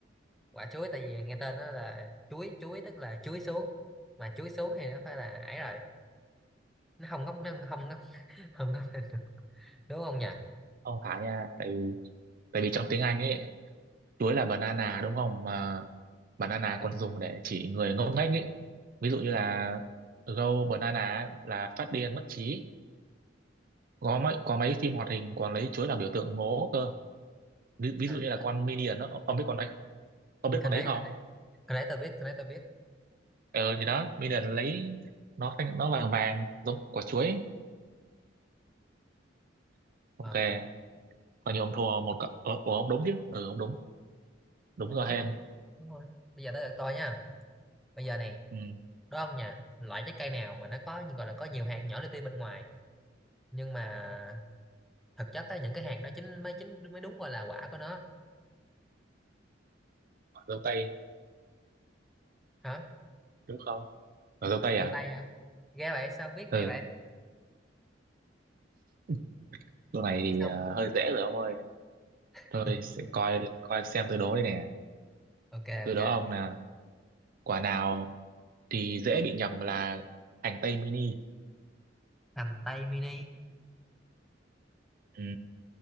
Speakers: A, in the centre; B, on the right.
A: quả chuối tại vì nghe tên nó là chuối chuối tức là chuối xuống mà chuối xuống thì nó phải là ấy rồi nó không ngóc nó không ngóc <laughs> không ngóc lên được đúng không nhỉ
B: ông phải nha, tại vì tại vì trong tiếng Anh ấy chuối là banana đúng không mà banana
A: phải đây,
B: còn dùng để chỉ người ngốc nghếch ấy ví dụ như là go banana ấy, là phát điên mất trí có mấy có mấy phim hoạt hình còn lấy chuối làm biểu tượng ngố cơ ví, ví
A: à,
B: dụ như là
A: à,
B: con Minion đó ông biết con đấy ông
A: nhưng
B: biết
A: con
B: con
A: đấy
B: đấy không
A: con đấy con đấy tôi biết con đấy tôi biết
B: ờ thì đó Minion lấy nó xanh- nó vàng vàng giống quả chuối ấy. ok
A: ờ
B: còn như ông thua một cậu ờ, ủa, ông đúng chứ ừ ông đúng đúng
A: con
B: rồi
A: đúng
B: hen
A: mà đúng rồi bây giờ tới lượt tôi nha bây giờ này
B: ừ
A: đúng không nhỉ loại trái cây nào mà nó có gọi là có nhiều hạt nhỏ li ti bên ngoài nhưng mà thực chất á những cái hạt đó chính mới chính mới đúng gọi là quả của nó
B: quả dâu tây
A: hả
B: đúng không quả dâu tây
A: vô
B: à
A: tay hả ghê vậy sao biết
B: ừ
A: hay vậy
B: <laughs> chỗ này thì
A: xong
B: ờ, hơi dễ rồi ông ơi
A: <laughs>
B: Tôi sẽ coi coi xem tôi đố đây nè.
A: ok
B: Tôi
A: ok
B: đố ông là quả nào thì dễ bị nhầm là hành tây mini.
A: hành tây mini
B: Ừ.